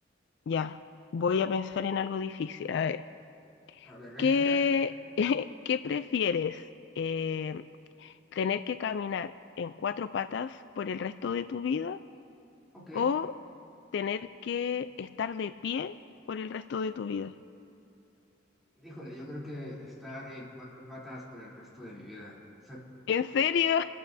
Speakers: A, on the left; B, in the centre.
A: Ya, voy a pensar en algo difícil. A ver,
B: a ver.
A: ¿qué,
B: <laughs>
A: <laughs> qué prefieres? Eh, ¿tener que caminar en cuatro patas por el resto de tu vida?
B: Ok.
A: o tener que estar de pie por el resto de tu vida.
B: Híjole, yo creo que estar en cuatro patas por el resto de mi vida. O sea,
A: ¿En serio?